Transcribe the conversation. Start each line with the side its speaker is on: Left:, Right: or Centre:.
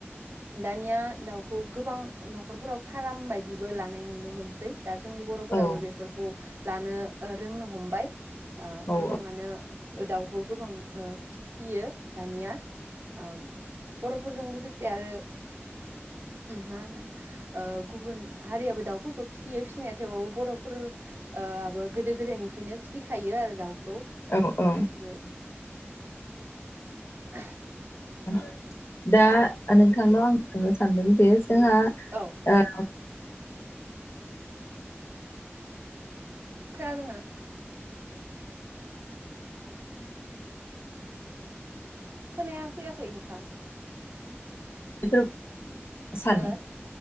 Right: दानिया दाउखौ गोबां नखरफोराव फार्म बायदिबो लानाय नुनो मोनसै दा जोंनि बर'फोराबो
Left: औ
Right: बेफोरखौ लानो रोंनो हमबाय ओ गोबाङानो
Left: औ
Right: उ दाव खौ गोबां ओ फिसियो दानिया आ बर'फोरजों लोगोसे आरो मा होनो ओ गुबुन हारियाबो दाउफोरखौ फिसियो फिसिनाया थेवबाबो बर' फोर आबो गोदो गोदायनिफ्रायनो फिसिखायो आरो दाउ
Left: अ अ
Right: <unintelligible>
Left: <inaudible> दा नोंथांन'
Right: औ
Left: आं सोंनो सानदों जे जोंहा
Right: औ
Left: ओ
Right: खोनादों ना? खोनाया फैयाखै नोंथां
Left: <inaudible> सानो
Right: हो